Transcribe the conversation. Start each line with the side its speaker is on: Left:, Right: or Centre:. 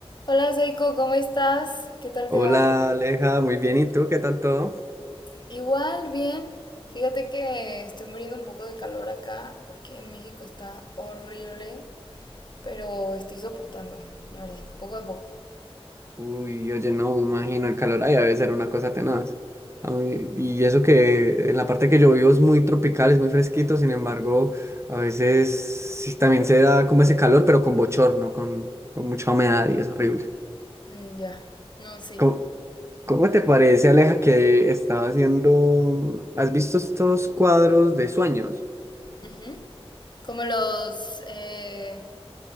Left: Hola Saiko, ¿cómo estás? ¿Qué tal te
Right: Hola
Left: va?
Right: Aleja, muy bien, ¿y tú? ¿Qué tal todo?
Left: Igual, bien. Fíjate que estoy muriendo un poco de calor acá porque en México está horrible, pero estoy soportando, la verdad, poco a poco.
Right: Uy, oye, no, me imagino, el calor ahí debe ser una cosa tenaz. A mí- y eso que en la parte que yo vivo es muy tropical, es muy fresquito, sin embargo, a veces sí, también se da como ese calor, pero con bochorno, con, con mucha humedad y es horrible.
Left: Mm, ya. No, sí.
Right: ¿Cómo, cómo te parece, Aleja, que estaba haciendo... ¿Has visto estos cuadros de sueños?
Left: Ujú. Como los eh,